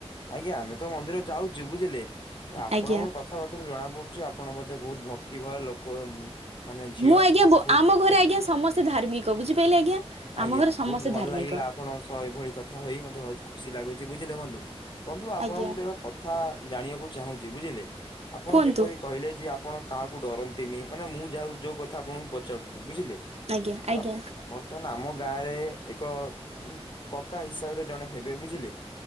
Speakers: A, on the left; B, on the right.
A: ଆଜ୍ଞା ଆମେ ତ ମନ୍ଦିର ଯାଉଛୁ ବୁଝିଲେ ଆପଣଙ୍କ
B: ଆଜ୍ଞା।
A: କଥାବାର୍ତ୍ତା ସେଥିରୁ ଜଣା ପଡୁଛି ଆପଣ ବୋଧେ ବହୁତ ଭକ୍ତି ଭୟ ଲୋକ ମାନେ ଝିଅ
B: ମୁଁ ଆଜ୍ଞା
A: ବହୁତ
B: ଆମ ଘରେ ଆଜ୍ଞା ସମସ୍ତେ ଧାର୍ମିକ ବୁଝିପାରିଲେ ଆଜ୍ଞା
A: ଆଜ୍ଞା
B: ଆମ ଘରେ ସମସ୍ତେ
A: ବହୁତ ଭଲ
B: ଧାର୍ମିକ।
A: ଲାଗିଲା ଆପଣଙ୍କ ସହ ଏଭଳି କଥା ହୋଇ ମତେ ବହୁତ ଖୁସି ଲାଗୁଛି ବୁଝିଲେ ବନ୍ଧୁ ବନ୍ଧୁ ଆପଣଙ୍କ
B: ଆଜ୍ଞା
A: ଗୋଟେ ଜାଣିବାକୁ ଚାହୁଁଛି ବୁଝିଲେ ଆପଣ
B: କୁହନ୍ତୁ
A: ଯେପରି କହିଲେ ଯେ ଆପଣ କାହାକୁ ଡରନ୍ତିନି ମାନେ ମୁଁ ଯାହା ଯୋଉ କଥା ଆପଣଙ୍କୁ ପଚାରୁଥିଲି ବୁଝିଲେ।
B: ଆଜ୍ଞା
A: ତ
B: ଆଜ୍ଞା
A: ଆମ
B: <inaudible>
A: ବର୍ତ୍ତମାନ ଆମ ଗାଁ ରେ ଏକ କକା ହିସାବରେ ଜଣେ ହେବେ ବୁଝିଲେ।